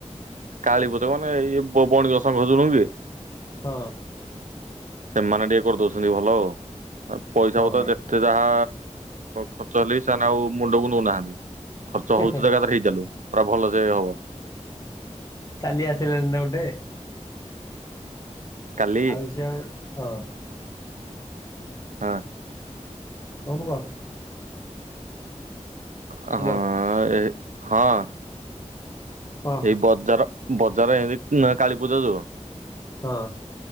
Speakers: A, on the right; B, on the left.
A: କାଳୀପୂଜା ମାନେ ଇଏ ବଣ ଗସ ଖୋଜୁନୁଁ କି।
B: ହଁ।
A: ସେମାନେ ଟିକେ କରିଦଉଛନ୍ତି ଭଲ ଆଉ ପଇସା
B: ହଁ
A: ପତ
B: ହେ
A: ଯେତେ ଯାହା ଖର୍ଚ୍ଚ ହେଲେ ବି ସେମାନେ ଆଉ ମୁଣ୍ଡକୁ ନଉନାହାନ୍ତି ଖର୍ଚ୍ଚ ହଉଚ
B: ହେ
A: ତ ଏକଥରେ ହେଇ ଚାଲୁ। ପୁରା ଭଲ ଯେ ହବ।
B: କାଲି ଆସିଲାଣି ନା ଗୋଟେ।
A: କାଲି
B: ଆଉ ସେ ଆଉ ହଁ
A: ହଁ।
B: କହନୁ କହ।
A: ହଁ
B: ହ୍ୟାଲୋ
A: ହଁ।
B: କହ।
A: ଏଇ ବଜାର ବଜାର ଏମତି କାଳୀପୂଜା ଯୁ
B: ହଁ।